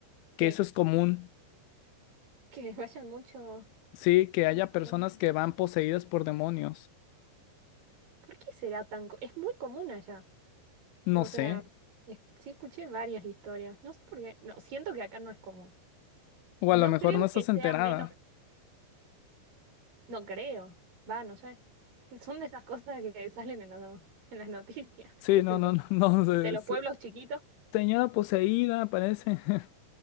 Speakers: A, on the left; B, on the right.
A: que
B: Sí,
A: eso es común,
B: que vayan mucho,
A: sí, que haya
B: mucha
A: personas
B: gente.
A: que van poseídas por demonios.
B: ¿Por qué será tan... co- Es muy común allá. O
A: No
B: sea,
A: sé,
B: es- sí escuché varias historias. No sé por qué. No, siento que acá no es común.
A: o
B: Y
A: a lo
B: no
A: mejor
B: creo
A: no estás
B: que sea
A: enterada.
B: menos... Ok. No creo. Va, no sé. Son de esas cosas que salen en las en las noticias.
A: Sí,
B: <laughs> ¿Qué
A: no,
B: sé
A: no,
B: yo?
A: no, <laughs> no sé.
B: De los
A: se-
B: pueblos chiquitos.
A: Señora poseída, parece. <laughs>